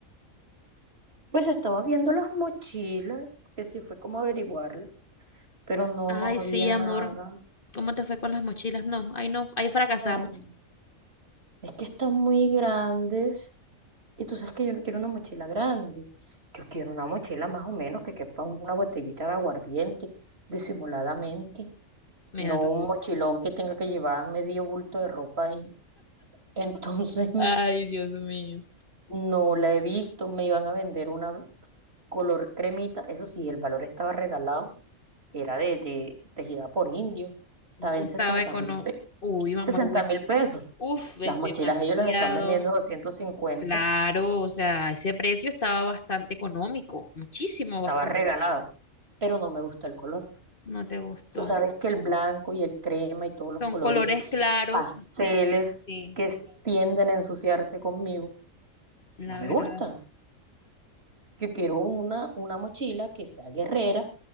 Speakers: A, on the right; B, on the left.
A: Pues estaba viendo las mochilas, porque sí fue como averiguarlas, pero no,
B: Ay,
A: no había
B: sí, amor.
A: nada.
B: ¿Cómo te fue con las mochilas? No, ahí no, ahí fracasamos.
A: No, es que están muy grandes y tú sabes que yo no quiero una mochila grande. Yo quiero una mochila más o menos que quepa una botellita de aguardiente, disimuladamente.
B: Míralo.
A: No un mochilón que tenga que llevar medio bulto de ropa ahí. Entonces, <laughs>
B: Ay, Dios mío.
A: No la he visto, me iban a vender una color cremita, eso sí, el valor estaba regalado, era de, de tejida por indio, estaba en
B: Estaba
A: sesenta
B: económico.
A: mil pe
B: Uy, amor,
A: sesenta
B: buenísimo.
A: mil pesos.
B: Uf,
A: Las
B: es
A: mochilas
B: demasiado.
A: ellos las están vendiendo doscientos cincuenta
B: Claro, o sea, ese precio estaba bastante económico. Muchísimo,
A: estaba
B: bastante.
A: regalado, pero no me gusta el color.
B: No te gustó.
A: Tú sabes que el blanco y el crema y todos los
B: Son
A: colores
B: colores claros,
A: pasteles
B: sí,
A: que s- tienden a ensuciarse conmigo,
B: la
A: no me
B: verdad.
A: gustan. Yo quiero una, una mochila que sea guerrera